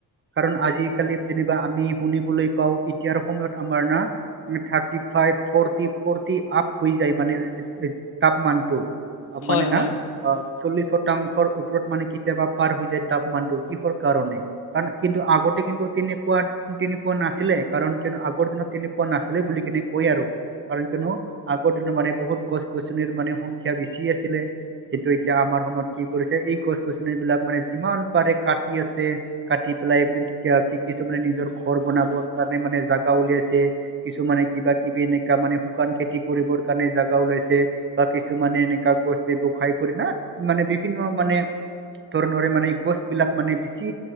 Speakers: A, on the right (about 30°); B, on the left (about 60°).
A: কাৰণ আজিকালি যেনিবা আমি শুনিবলৈ এতিয়াৰ সময়ত আমাৰ না thirty five forty forty up হৈ যায় মানে তাপমানটো
B: হয়
A: মানে ন
B: হয় হয়
A: চল্লিশ শতাংশৰ ওপৰত মানে কেতিয়াবা পাৰ হৈ যায় তাপমানটো কিহৰ কাৰণে কাৰ কিন্তু আগতে কিন্তু তেনেকুৱা তেনেকুৱা না আছিলে কাৰণ কিয়নো আগৰ দিনত তেনেকুৱা নাছিলে বুলি কেনে কয় আৰু কাৰণ কিয়নো আগৰ দিনত মানে বহুত গছ গছনিৰ মানে সংখ্যা বেছি আছিলে কিন্তু এতিয়া আমাৰ সময়ত কি কৰিছে এই গছ গছনি বিলাক মানে যিমান পাৰে কাটি আছে কাটি পেলাই তেতিয়া কি কিছু মানে নিজৰ ঘৰ বনাবৰ মানে জেগা উলাইছে কিছুানে কিবা কিবি এনেকা মানে শুকান খেতি কৰিবৰ কাৰণে জেগা উলাই বা কিছুমানে এনেকুৱা গছ ব্যৱসায় কৰে ন মানে বিভিন্ন মানে ধৰেণৰে মানে গছ বিলাক মানে বেছি